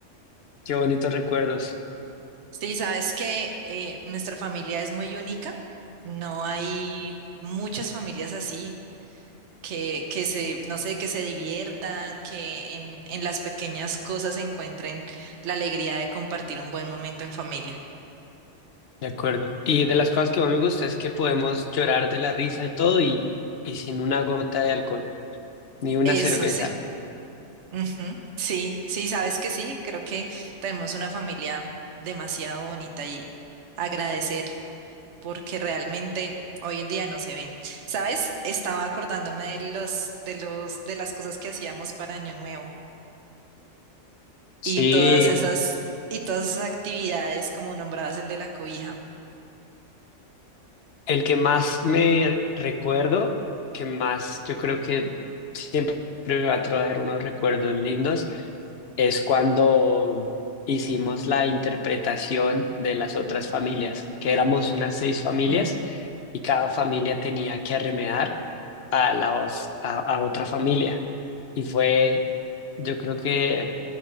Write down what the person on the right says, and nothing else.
Sí, sabes que eh, nuestra familia es muy única, no hay muchas familias así. Que, que se, no sé, que se diviertan, que en, en las pequeñas cosas encuentren la alegría de compartir un buen momento en familia.
Eso
sí. Ujú, Sí, sí, sabes que sí, creo que tenemos una familia demasiado bonita y agradecer porque realmente hoy en día no se ven. ¿Sabes? Estaba acordándome de los, de los, de las cosas que hacíamos para Año Nuevo
y todas esas, y todas esas actividades, como nombrabas el de la cobija.
Mm.